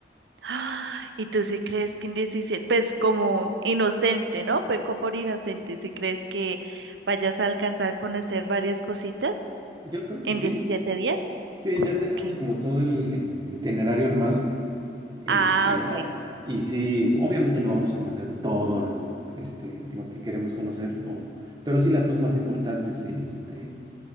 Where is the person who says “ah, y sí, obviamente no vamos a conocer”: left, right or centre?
Right